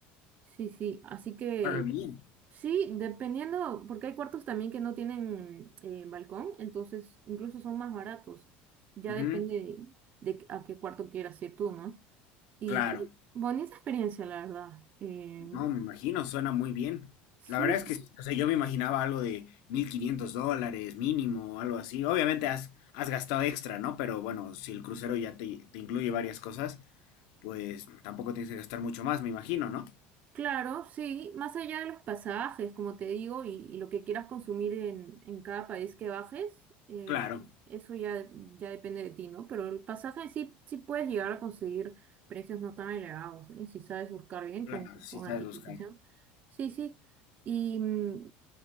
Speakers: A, on the right; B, on the left.
A: Sí, sí, así que
B: Ahora bien.
A: sí, dependiendo, porque hay cuartos también que no tienen eh, balcón, entonces incluso son más baratos. Ya
B: Ujú,
A: depende de, de a qué cuarto quieras ir tú, ¿no? Y
B: Claro.
A: sí, bonita experiencia, la verdad. Eh,
B: No, me imagino, suena muy bien. La
A: Sí,
B: verdad es que, o sea, yo me imaginaba algo de 1.500 dólares mínimo, algo así. Obviamente has, has gastado extra, ¿no? Pero bueno, si el crucero ya te, te incluye varias cosas, pues tampoco tienes que gastar mucho más, me imagino, ¿no?
A: claro, sí, más allá de los pasajes, como te digo, y, y lo que quieras consumir en, en cada país que bajes, eh,
B: Claro,
A: eso ya, ya depende de ti, ¿no? Pero el pasaje sí, sí puedes llegar a conseguir precios no tan elevados, ¿eh? Si sabes buscar bien
B: Claro,
A: con,
B: sí
A: con
B: sabes
A: anticipación.
B: buscar.
A: Sí, sí. Y, mm,